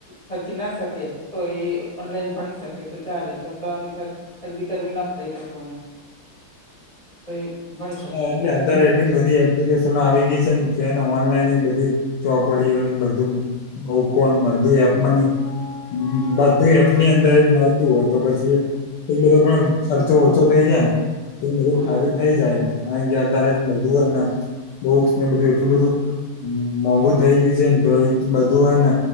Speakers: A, on the left; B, on the left.
A: ખર્ચી ના શકે તો એ ઓનલાઈન ભણી શકે તો ચાલે ચોપરાઓની ખરીદી કરવી ન પડે એ લોકોને તો એ ભણી
B: <unintelligible>
A: શકે
B: અત્યારે એ બધી એપ્લિકેશનો આવી ગઈ છે ને જેને ઓનલાઈન બધી ચોપડીઓને બધું બુકો ને બધું આપવાની બધું એપની અંદર જ મળતું હોય તો પછી એ બધો પણ ખર્ચો ઓછો થઇ જાય ને એ બધો
A: હા
B: ફાયદો થઇ જાય. કારણ કે અત્યારે બધું અને બુક્સ ને બધું એટલું બધું હ મોંઘુ થઇ ગયું છે ને તો એ બધું હેને